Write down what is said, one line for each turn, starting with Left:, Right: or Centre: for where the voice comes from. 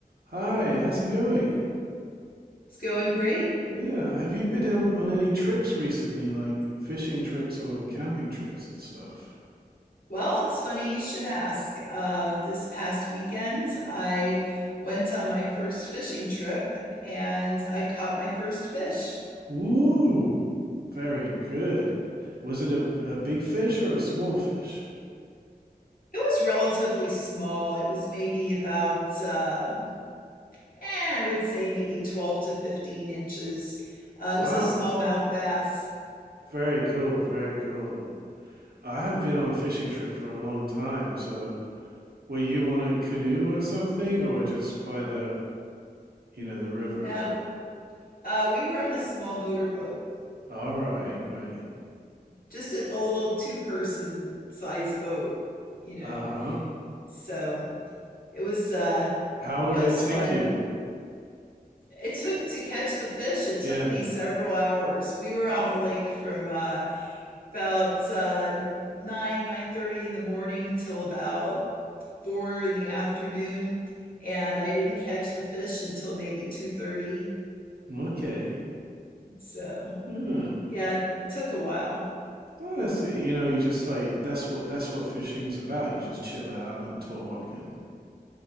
Right: Hi, how's it going?
Left: It's going great.
Right: Yeah, have you been on, on any trips recently, like fishing trips or camping trips and stuff?
Left: Well, it's funny you should ask. Uh, this past weekend, I went on my first fishing trip and I caught my first fish.
Right: Ooh, very good. Was it a, a big fish or a small fish?
Left: It was relatively small. It was maybe about, um, eh, I would say maybe 12 to 15 inches. Uh,
Right: Wow,
Left: it was a smallmouth bass.
Right: very cool, very cool. I haven't been on a fishing trip for a long time, so were you on a canoe or something, or just by the, you know, the river?
Left: Now,
Right: Or...
Left: uh, we were on a small motorboat,
Right: All right, right.
Left: just a, a little two person size boat, you know.
Right: Uh-huh.
Left: So it was uh,
Right: How long
Left: it was
Right: did it take
Left: fun
Right: you?
Left: It took to catch the fish, it
Right: Yeah.
Left: took me several hours. We were
Right: Oh,
Left: on the lake from uh, about uh, nine, nine thirty in the morning till about four in the afternoon, and I didn't catch the fish until maybe two thirty.
Right: Okay.
Left: So
Right: Hmm.
Left: yeah, it, took a while.
Right: Well, that's you know, you just like that's what that's what fishing's about. You just chill out and talk and